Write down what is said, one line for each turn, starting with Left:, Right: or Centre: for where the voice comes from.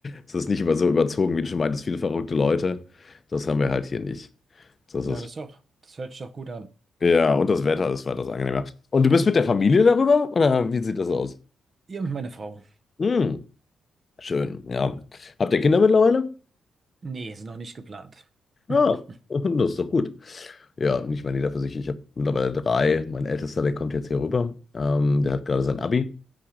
Left: Es ist nicht über so überzogen, wie du schon meintest, viele verrückte Leute. Das haben wir halt hier nicht. Das
Right: ja,
Left: ist
Right: das ist doch, das hört sich doch gut an.
Left: ja, und das Wetter ist weitaus angenehmer. Und du bist mit der Familie darüber? Oder wie sieht das aus?
Right: Ihr und meine Frau.
Left: Hm, schön, ja. Habt ihr Kinder mittlerweile?
Right: Nee, ist noch nicht geplant.
Left: Ja,
Right: <laughs>
Left: <laughs> das ist doch gut. Ja, und ich meine, jeder für sich. Ich habe mittlerweile drei. Mein Ältester, der kommt jetzt hier rüber. Ähm, der hat gerade sein Abi